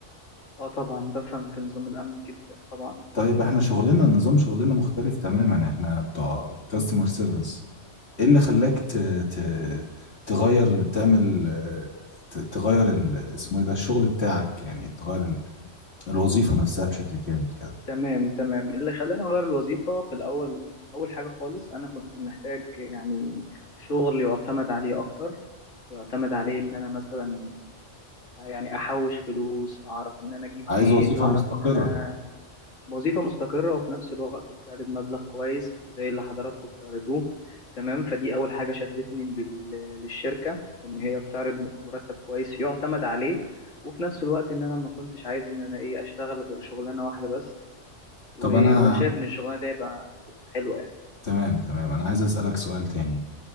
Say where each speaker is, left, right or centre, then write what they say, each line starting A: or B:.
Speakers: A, on the left; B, on the left.
A: اه طبعا بفهم في نظام الامن جدا طبعا
B: طيب احنا شغلنا نظام شغلنا مختلف تماما احنا بتوع كاستمر سيرفيس ايه اللي خلاك ت... ت... تغير تعمل آه، ت... تغير ال... اسمه ايه ده الشغل بتاعك يعني تغير ال... الوظيفة نفسها بشكل كامل كده
A: تمام تمام اللي خلاني اغير الوظيفه في الاول اول حاجه خالص انا كنت محتاج يعني شغل يعتمد عليه اكتر يعتمد عليه ان انا مثلا يعني احوش فلوس اعرف ان انا اجيب
B: عايز
A: بيت
B: وظيفة
A: اعرف
B: مستقرة
A: ان انا وظيفة مستقرة وفي نفس الوقت بتعرض مبلغ كويس زي اللي حضراتكم بتعرضوه تمام فدي اول حاجة شدتني لل- للشركة ان هي بتعرض مرتب كويس يعتمد عليه وفي نفس الوقت ان انا ما كنتش عايز ان انا ايه اشتغل غير شغلانة واحدة بس و...
B: طب انا
A: وانا شايف ان الشغلانة دي يبقى تبقى حلوة يعني
B: تمام تمام انا عايز اسألك سؤال تاني